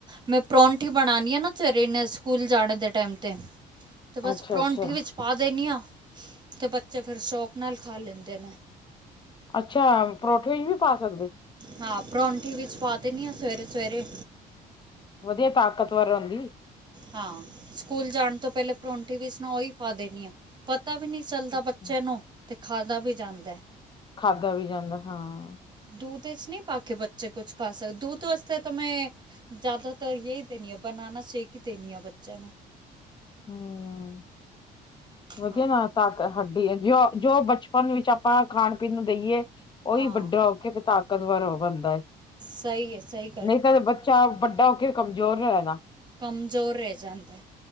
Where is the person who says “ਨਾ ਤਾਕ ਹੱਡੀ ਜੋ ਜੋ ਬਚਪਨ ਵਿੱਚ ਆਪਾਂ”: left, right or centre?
Left